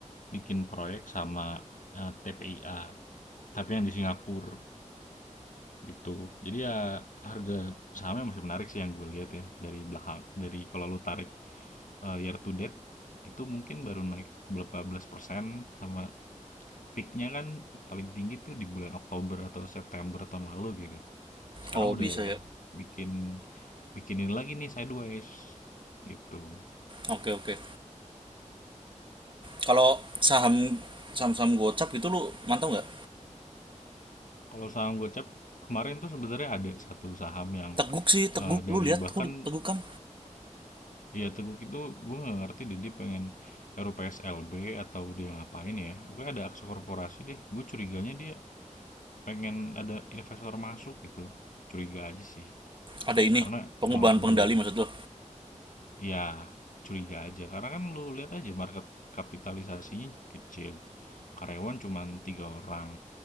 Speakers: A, on the left; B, on the right.
A: bikin proyek sama eh, TPIA tapi yang di Singapura gitu jadi ya harga sahamnya masih menarik sih yang gue lihat ya dari belakang dari kalau lu tarik eh, year to date itu mungkin baru naik berapa belas persen sama peaknya kan paling tinggi tuh di bulan Oktober atau September tahun lalu gitu Sekarang
B: Oh bisa
A: udah
B: ya.
A: bikin bikinin lagi nih sideways gitu.
B: Oke oke. Kalau saham saham-saham gocap itu lu mantap nggak?
A: Kalau saham Gocap kemarin tuh sebenarnya ada satu saham yang
B: Teguk sih teguk.
A: eh, dari
B: Lu lihat
A: bahkan
B: kok di- teguk kan?
A: ya Teguk itu gue nggak ngerti deh dia pengen RUPSLB atau dia ngapain ya. Pokoknya ada aksi korporasi deh. Gue curiganya dia pengen ada investor masuk gitu. Curiga aja sih.
B: Ada ini
A: Karena
B: pengubahan
A: eh,
B: pengendali
A: udah
B: maksud lu.
A: ya curiga aja. Karena kan lu lihat aja market kapitalisasinya kecil. Karyawan cuman 3 orang.